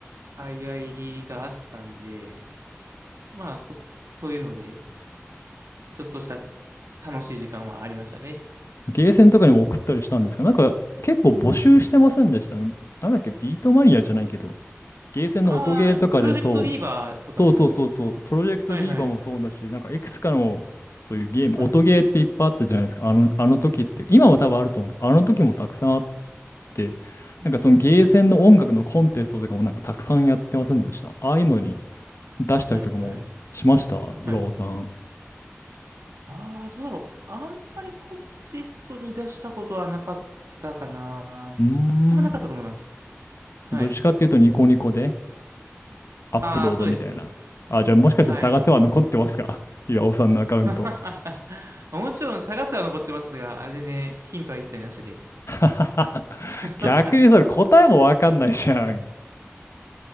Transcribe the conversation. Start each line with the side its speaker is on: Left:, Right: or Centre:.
Right: 界隈があったんで、まあ、そ、そういうので、ちょっとした楽しい時間はありましたね。
Left: ゲーセンとかにも送ったりしたんですが、なんか結構募集してませんでした。なんだっけ、ビートマニアじゃないけど、ゲーセンの音ゲーとかでそ
Right: ああ、えっと、プロジェクトリーバーとかですかね。
Left: う、そうそうそうそう、プロジェクトディーバもそうだし、
Right: はいはい。
Left: なんかいくつかのそういうゲーム、
Right: はい。
Left: 音ゲーっていっぱいあったじゃないですか、あの、あの時って、今も多分あると思うけど、あの時もたくさんあって、
Right: うんうん。
Left: なんかそのゲーセンの音楽のコンテストとかもなんかたくさんやってませんでした。ああいうのに出したりとかもしました、
Right: はいはい。
Left: 岩尾さん。
Right: はいああ、どうだろう。あんまりコンテストに出したことはなかったかな。
Left: うーん、
Right: あんまなかったと思います。はい。
Left: どっちかっていうとニコニコでアップロードみたいな。
Right: ああ、そうですね。
Left: あ、じゃあもしかしたら探せは残ってますか、
Right: はい。
Left: <laughs> 岩尾さんのアカウント。
Right: <laughs> もちろん探すは残ってますが、全然ヒントは一切なしで。
Left: <laughs>
Right: <laughs>
Left: 逆にそれ答えもわかんないじゃん。